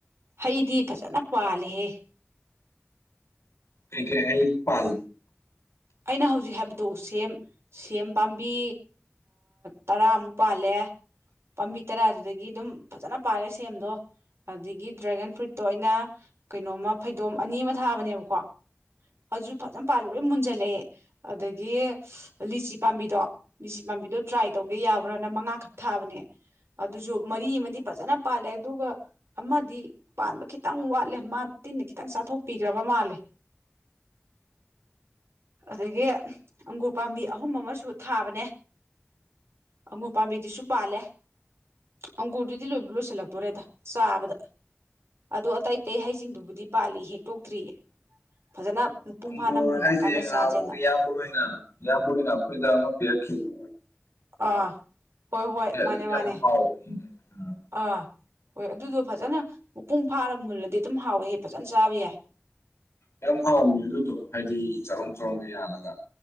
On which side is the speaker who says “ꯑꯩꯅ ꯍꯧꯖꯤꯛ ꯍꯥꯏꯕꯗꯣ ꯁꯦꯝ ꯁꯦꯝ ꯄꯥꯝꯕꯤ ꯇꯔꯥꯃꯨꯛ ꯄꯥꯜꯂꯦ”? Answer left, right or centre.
Right